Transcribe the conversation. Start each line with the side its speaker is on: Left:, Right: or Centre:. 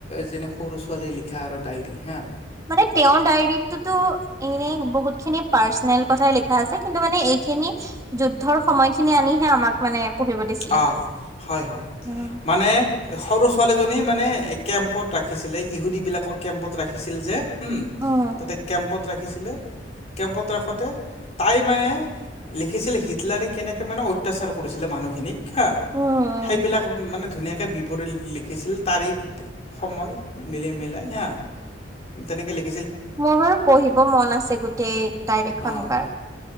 Left: যেনে সৰু ছোৱালীয়ে লিখা আৰু ডায়েৰী হা।
Right: মানে তেঁওৰ ডায়েৰীত টোটো বহুত খিনি পাৰ্চনেল কথাই লিখা আছে কিন্তু মানে এইখিনি যুদ্ধৰ সময়খিনি আনিহে আমাক মানে। পঢ়িব দিছিলে।
Left: অ' হয় হয়
Right: উম,
Left: মানে সৰ ছোৱালীজনী মানে কেম্পত ৰাখিছিলে ইহুদিবিলাকক কেম্পত ৰাখিছিল যে। উম
Right: উম,
Left: তাতে কেম্পত। ৰাখিছিলে কেম্পত ৰাখোতে তাই মানে লিখিছিলে হটলাৰে কেনেকৈ মানে অত্যাচাৰ কৰিছিলে মানুহখিনিক। হা
Right: উম,
Left: সেইবিলাক মানে ধুনাকে বিৱৰী লিখিছিল তাৰিখ সময় মিলি মেলাই হা তেনেকে লিখি
Right: মোৰ বাৰু পঢ়িব মন আছে গোটেই ডায়েৰী খন
Left: অ',
Right: এবাৰ